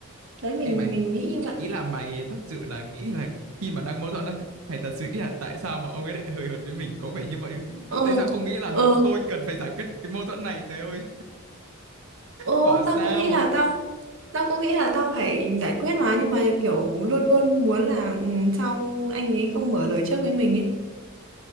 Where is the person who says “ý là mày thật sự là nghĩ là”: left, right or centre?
Right